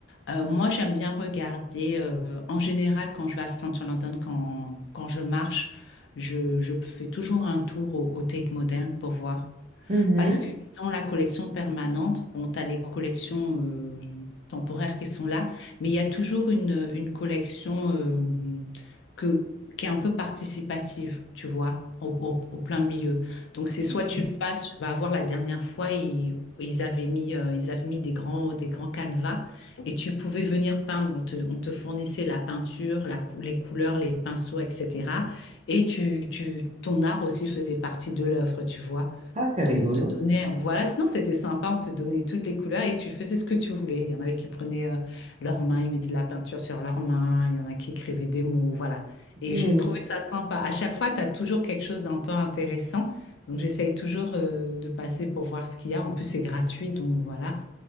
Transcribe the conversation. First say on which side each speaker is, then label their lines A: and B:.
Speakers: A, on the left (about 70°); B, on the right (about 35°).
A: Euh, moi, j'aime bien regarder, euh, en général, quand je vais à Central London, quand, quand je marche, je, je fais toujours un tour au, au Tate Modern pour voir.
B: Mhm.
A: Parce que dans la collection permanente, bon, tu as les collections euh, temporaires qui sont là, mais il y a toujours une, une collection euh, que, qui est un peu participative, tu vois, au, au- au plein milieu. Donc c'est soit
B: Ok.
A: tu passes, tu vas voir la dernière fois, ils, ils avaient mis, euh, ils avaient mis des grands, des grands canevas et tu pouvais venir peindre. On te, on te fournissait la peinture, la cou- les couleurs, les pinceaux, etc. Et tu, tu, ton art aussi faisait partie de l'œuvre, tu vois.
B: Ah, c'est rigolo.
A: Donc, on te donnait, voilà, sinon c'était sympa, on te donnait toutes les couleurs et tu faisais ce que tu voulais. Il y en avait qui prenaient euh, leurs mains, ils mettaient de la peinture sur leurs mains, il y en a qui écrivaient des mots, voilà. Et
B: Hmm.
A: j'ai trouvé ça sympa. À chaque fois, tu as toujours quelque chose d'un peu intéressant. Donc, j'essaye toujours euh, de passer pour voir ce qu'il y a. En plus, c'est gratuit, donc voilà.